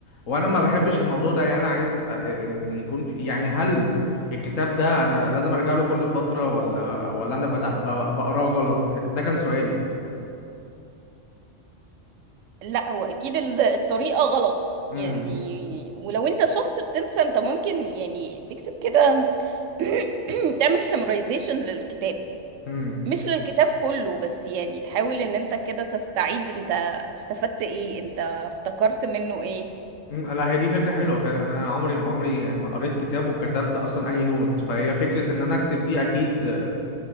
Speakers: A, on the left; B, on the right.
A: وأنا ما بحبش الموضوع ده يعني أنا عايز أ- إن يكون في يعني هل الكتاب ده أنا لازم أرجع له كل فترة ولا ولا أنا بتع... ب- بقراه غلط ده كان سؤالي
B: لا هو اكيد ال- الطريقة غلط
A: امم
B: يعني ولو انت شخص بتنسى انت ممكن يعني تكتب كده <clears throat> تعمل سمرايزيشن للكتاب
A: امم
B: مش للكتاب كله بس يعني تحاول ان انت كده تستعيد انت استفدت ايه انت افتكرت منه ايه
A: أمم، لا هي دي فكرة حلوة فعلا أنا عمري عمري يعني ما قريت كتاب وكتبت أصلا أي نوت فهي فكرة إن أنا أكتب دي أكيد آه،